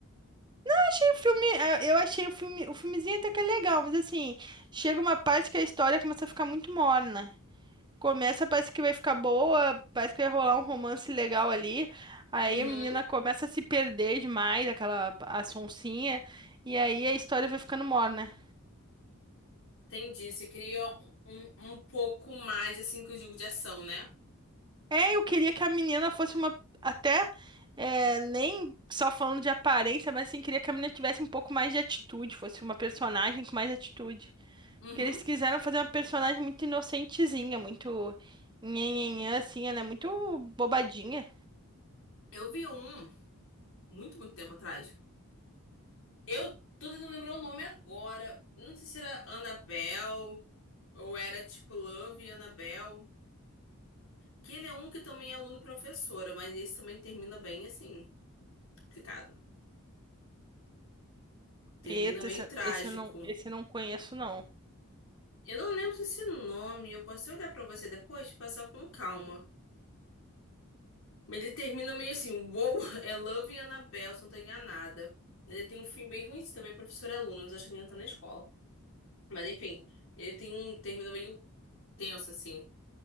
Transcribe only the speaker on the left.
Uhum.
Entendi. Se cria um, um pouco mais, assim, que eu digo de ação, né?
Uhum.
Eu vi um muito, muito tempo atrás. Eu tô tentando lembrar o nome agora. Não sei se era Annabelle ou era tipo Love e Annabelle. Que ele é um que também é aluno e professora, mas esse também termina bem assim, complicado. Termina
meio
trágico.
Eu não lembro se esse nome, eu posso olhar pra você depois, passar com calma. Mas ele termina meio assim, wow, <laughs> é Love e Annabelle, se não tô enganada. Ele tem um fim bem ruim também, é professor e aluno, mas acho que ele não tá na escola. Mas enfim, ele tem um termina meio tenso assim.